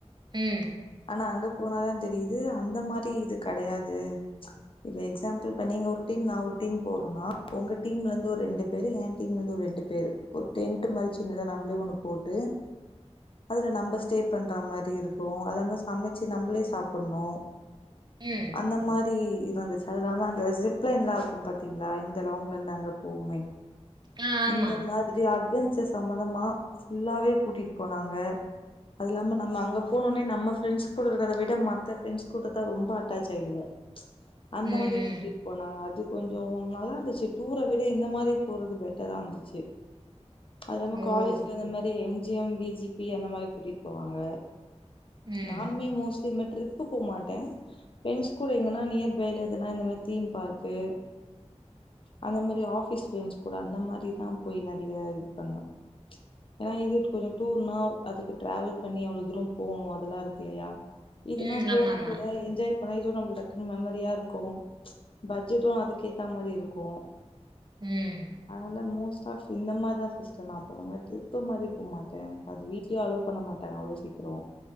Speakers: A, on the right (about 40°); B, on the left (about 50°).
A: ம்
B: ஆனா அங்க போனாதா தெரியுது அந்த மாரி இது கெடையாது இப்ப எக்ஸாம்பிள் இப்ப நீங்க ஒரு டீம் நா ஒரு டீம் போறோனா உங்க டீம்ல இருந்து ஒரு ரெண்டு பேர் என் டீம்ல இருந்து ஒரு ரெண்டு பேரு ஒரு டென்ட் மாரி சி சின்னத நம்மளே ஒன்னு போட்டு அதுல நம்ம ஸ்டே பண்ற மாரி இருக்கு அத மா சமைச்சு நம்மளே சாப்புட்னு
A: ம்.
B: அந்த மா ப்படி இருந்துச்சி அது இல்லாம அந்த ஜிப்லைன்லா இருக்கு பாத்தீங்ளா இந்த லாங்ல இருந்து அங்க போவுமே
A: ஆ ஆமா.
B: இந்த மாதிரி அட்வென் சி சம்மதமா ஃபுல்லாவே கூட்டிட்டு போனாங்க அது இல்லாம நம்ம அங்க போனோனே நம்ம ஃப்ரண்ட்ஸ் கூட இருக்கறத விட மத்த ஃப்ரண்ட்ஸ் கூடா தான் ரொம்ப அட்டாச் ஆயிடுவோ அந்த
A: ம்,
B: மாரி
A: ம்.
B: கூட்டிட்டு போனாங்க அது கொஞ்சம் உ நால்லா இருந்துச்சி டூர விட இந்த மாரி போறது பெட்டரா இருந்துச்சி அது இல்லாம
A: ஓ!
B: காலேஜ்ல இந்த மாதி M G M V G P அந்த மாரி கூட்டிட்டு போவாங்க
A: ம்,
B: நானுமே மோஸ்ட்லி இந் மாரி ட்ரிப்பு போ மாட்டே ஃப்ரண்டஸ் கூட எங்கன்னா நியர் பைல எதனா இந்த மாரி தீம் பார்க்கு அந்த மாரி ஆஃபீஸ் ஃப்ரெண்ட்ஸ் கூட அந்த மாரிதா போய் நறைய இது பண்ணுவே ஏன்னா இது கொஞ்சோ டூர்னா அதுக்கு டிராவல் பண்ணி அவ்ளோ தூரோ போணோ அது அதுல்ல இருக்கு இல்லையா இதுனா
A: ம்.
B: போனு
A: ஆமாமா.
B: கொஞ்ச நேரோ என்ஜாய் போனா நம்மளுக் டக்குன்னு மெமரியா இருக்கு பட்ஜெட்டு அதுக்கேத்தா மாரி இருக்கு
A: ம்,
B: அதனால மோஸ்ட் டா இந்த மாரி தா சிஸ்டர் நா போவே ட்ரிப் மாரி போமாட்டே எனக்கு அது வீட்லயே அலோ பண்ண மாட்டாங்க அவ்ளோ சீக்கி டோ